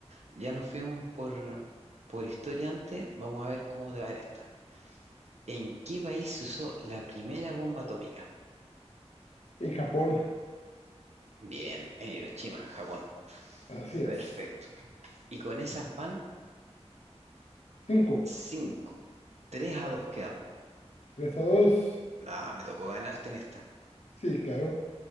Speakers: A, on the right; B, on the left.
A: ya nos fuimos por, por historia antes, vamos a ver cómo te va en esta. ¿En qué país se usó la primera bomba atómica?
B: En Japón.
A: Bien, en Hiroshima, en Japón.
B: Así es.
A: Perfecto. Y con esas van
B: Cinco.
A: 5. 3 a 2 quedamos.
B: Tres a dos.
A: Ah, me tocó ganarte en esta.
B: Sí, claro.